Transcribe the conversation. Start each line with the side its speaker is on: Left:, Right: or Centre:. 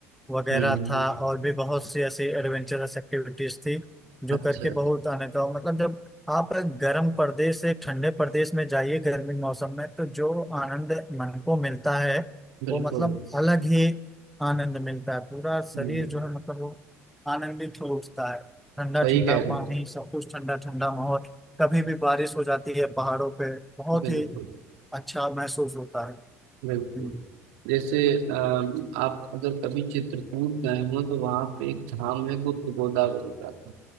Centre: वगैरह
Right: हम्म
Centre: था और भी बहुत सी ऐसी एडवेंचरस एक्टिविटीज थी जो
Right: अच्छा
Centre: करके बहुत आनंद था मतलब जब आप गर्म प्रदेश से ठंडे प्रदेश में जाइए गर्मी के मौसम में तो जो आनंद मन को मिलता है
Right: बिल्कुल
Centre: वो मतलब अलग ही आनंद मिलता है पूरा शरीर
Right: हम्म
Centre: जो है मतलब वो आनंदित हो उठता है ठंडा
Right: सही
Centre: ठंडा
Right: कह रहे
Centre: पानी
Right: हैं
Centre: सब कुछ ठंडा ठंडा माहौल कभी भी बारिश हो जाती है पहाड़ों पे बहुत
Right: बिल्कुल
Centre: ही अच्छा महसूस होता है
Right: बिल्कुल
Centre: हम्म।
Right: जैसे अम, आप अगर कभी चित्रकूट गए हो तो वहां पे एक धाम है गुप्त गोदावरी का